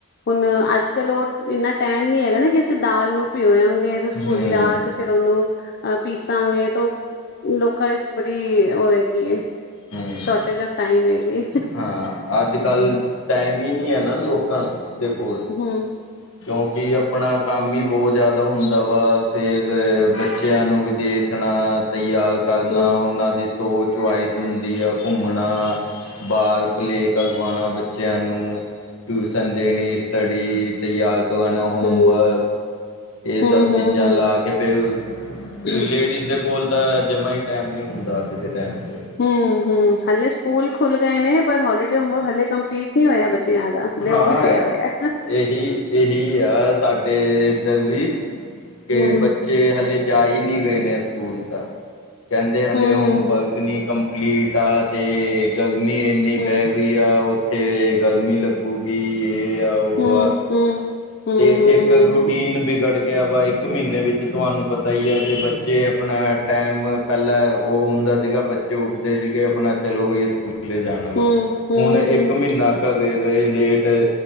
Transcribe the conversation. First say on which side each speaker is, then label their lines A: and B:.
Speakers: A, on the left (about 45°); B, on the left (about 65°).
A: ਹੁਣ ਅੱਜ ਕੱਲ ਉਹ ਇੰਨਾ ਟਾਈਮ ਨੀ ਹੈਗਾ ਨਾ ਕਿ ਅਸੀਂ ਦਾਲ ਨੂੰ ਭਿਓ ਆਗੇ
B: ਹਮ
A: ਪੂਰੀ ਰਾਤ ਫਿਰ ਉਹਨੂੰ। ਅ ਪੀਸਾਂਗੇ ਤਾਂ ਉਹ ਲੋਕਾਂ ਵਿਚ ਬੜੀ ਉਹ ਹੈਗੀ ਏ।
B: ਹਮ
A: ਸ਼ੋਰਟੇਜ ਆਫ ਟਾਈਮ ਹੈਗੀ।
B: ਹਾਂ ਅੱਜ ਕੱਲ੍ਹ ਟਾਈਮ ਈ ਨੀ ਐ ਨਾ ਲੋਕਾਂ ਦੇ ਕੋਲ।
A: ਹੂੰ,
B: ਕਿਉਂਕਿ ਆਪਣਾ ਕੰਮ ਈ ਬੋਤ ਜ਼ਿਆਦਾ ਹੁੰਦਾ ਵਾ ਫਿਰ ਬੱਚਿਆਂ ਨੂੰ ਵੀ ਦੇਖਣਾ ਤ ਆ ਕਰਨਾ
A: ਹਮ
B: ਉਹਨਾਂ ਦੀ ਸੋਚ ਚੁਆਇਸ ਹੁੰਦੀ ਆ ਘੁੰਮਣਾ ਬਾਗ ਪਲੇੇਕ ਕਰਵਾਣਾ ਬੱਚਿਆਂ ਨੂੰ। ਟਿਊਸ਼ਨ ਦੇਣੀ ਸਟੱਡੀ ਤਿਆਰ ਕਰਵਾਣਾ ਹੋਮਵਰਕ
A: ਹਮ
B: ਇਹ ਸਭ
A: ਹਮ
B: ਚੀਜ਼ਾਂ
A: ਹਮ ਹਮ
B: ਲਾ ਕੇ ਫੇਰ,
A: ਹਮ
B: ਲੇਡੀਜ਼ ਦੇ ਕੋਲ ਤਾਂ ਜਮਾ ਈ ਟੈਮ ਨੀ ਹੁੰਦਾ ਅੱਜ ਦੇ ਟੈਮ ਤੇ
A: ਹੂੰ-ਹੂੰ, ਹਲੇ ਸਕੂਲ ਖੁੱਲ ਗਏ ਨੇ ਪਰ ਹੋਲੀਡੇ ਹੋਮਵਰਕ ਹਲੇ ਕੰਪਲੀਟ ਨੀ ਹੋਇਆ ਬੱਚਿਆਂ ਦਾ। ਹਲੇ
B: ਹਾਂ,
A: ਉਹ ਵੀ ਪਿਆ ਹੋਇਆ।
B: ਇਹੀ ਇਹੀ ਆ ਸਾਡੇ ਏਧਰ ਵੀ। ਕੇ
A: ਹੂੰ,
B: ਬੱਚ ਬੱਚੇ ਹਲੇ ਜਾ ਈ ਨੀ ਰਹੇ ਨੇ ਸਕੂਲ ਤਾਂ, ਕਹਿੰਦੇ ਹਲੇ
A: ਹੂੰ,
B: ਹੋਮਵਰਕ
A: ਹੂੰ,
B: ਨੀ ਕੰਮ ਕੰਪਲੀਟ ਆ ਤੇ ਗਰਮੀ ਇੰਨੀ
A: ਹੂੰ,
B: ਪੈ
A: ਹੂੰ।
B: ਗਈ ਆ ਉੱਥੇ ਗਰਮੀ ਲੱਗ ਲੱਗੂਗੀ ਇਹ ਆ ਓਹ
A: ਹੂੰ,
B: ਆ।
A: ਹੂੰ। ਹੂੰ,
B: ਤੇ ਇੱਕ ਰੂਟੀਨ
A: ਹੂੰ,
B: ਵਿਗੜ ਗਿਆ ਵਾ ਇੱਕ ਮਹੀਨੇ ਵਿੱਚ ਤੁਹਾਨੂੰ ਪਤਾ ਈ ਆ ਜੇ ਬੱਚੇ ਆਪਣਾ ਟੈਮ ਪਹਿਲਾਂ ਉਹ ਹੁੰਦਾ ਸੀਗਾ ਬੱਚੇ ਉੱਠਦੇ ਸੀਗੇ ਆਪਣਾ ਚਲੋ ਬਾਈ ਸਕੂ ਸਕੂਲੇ ਜਾਣਾ ਵਾ,
A: ਹੂੰ, ਹੂੰ। ਹੂੰ, ਹੂੰ,
B: ਹੁਣ ਇੱਕ
A: ਹੂੰ,
B: ਮਹੀਨਾ <unintelligible> ਗਏ ਲੇਟ